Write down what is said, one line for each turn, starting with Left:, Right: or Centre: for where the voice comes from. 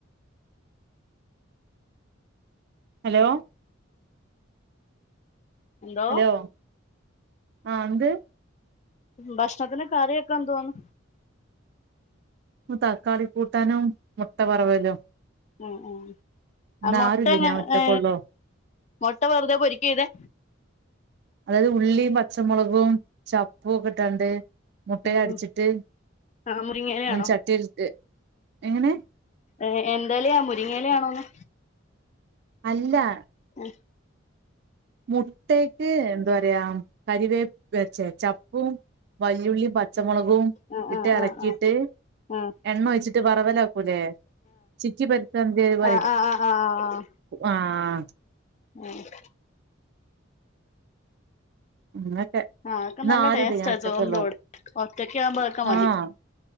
Right: ഹലോ
Left: എന്തോ
Right: ഹലോ ആഹ് എന്ത്
Left: ഭക്ഷണത്തിന് കറിയൊക്കെ എന്തുവോന്ന്
Right: തക്കാളി കൂട്ടാനുംമുട്ട വറവലും
Left: ആഹ്
Right: ഇന്ന്
Left: ആഹ് മുട്ട
Right: ആരുല്ല
Left: എങ്ങ
Right: ഞാൻ ഒറ്റക്കൊള്ളൂ
Left: ഏ മുട്ട വെറുതെ പൊരിക്കയ്തെ
Right: അതായത് ഉള്ളി പച്ചമുളകും ചപ്പും ഒക്കെ ഇട്ടാണ്ട് മുട്ടേല്
Left: ഉം
Right: അട്ച്ചിട്ട്
Left: ആഹ് മുരിങ്ങയിലയാണോ
Right: ഇങ്ങനെ ചട്ടിൽക്ക് എങ്ങനെ
Left: ഏ എന്തേലാ മുരിങ്ങയിലാണോന്ന്
Right: അല്ല
Left: ഏഹ് ഏഹ്
Right: മുട്ടേക്ക് എന്താറിയാ കരിവേപ്പ് ഛെ ചപ്പും വല്ലുള്ളിയും പ പച്ചമുളകും
Left: ആഹ്
Right: ഇട്ട് എളക്കിയിട്ട്
Left: ആഹ് ആഹ് ആഹ് ആഹ്
Right: എണ്ണ ഒഴിച്ചിട്ട് വറവലാക്കൂലേ ചിക്കി പർത്ത <unintelligible>
Left: ആഹ് ആഹ് ആഹ് ആഹ് ആഹ്
Right: ആഹ്
Left: ആഹ് ആഹ്
Right: <unintelligible> അങ്ങൊക്കെ
Left: ആഹ് അതൊക്കെ
Right: ഇന്ന്
Left: നല്ല
Right: ആരുല്ല
Left: ടേസ്റ്റാ
Right: ഞാഒട്ടൊക്കെള്ളൂ
Left: ചോറിന്റെ കൂടെ ഒറ്റക്ക് ആവുമ്പോ അതൊക്കെ മതി
Right: ആഹ്